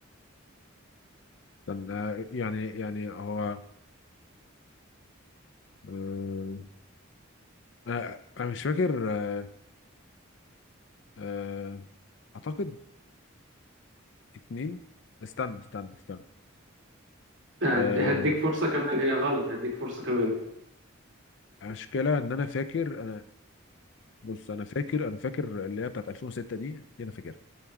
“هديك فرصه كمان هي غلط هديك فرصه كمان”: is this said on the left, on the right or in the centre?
Right